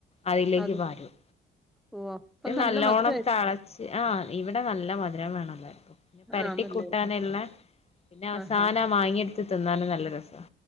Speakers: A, on the left; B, in the centre.
A: അതിലേക്ക്
B: അത്
A: പാരും
B: ഓ അപ്പൊ
A: റ്റ്
B: നല്ല
A: നല്ലോണം
B: മധുരമായിരിക്കും.
A: തിളച്ച് ആ ഇവിടെ നല്ല മധുരം വേണം എല്ലാർക്കും പെരട്ടി
B: ആണല്ലേ?
A: കൂട്ടാനുള്ള പിന്നെ അവസാന
B: ആഹാ.
A: പ മാങ്ങിയെടുത്ത് തിന്നാനും നല്ല രസാ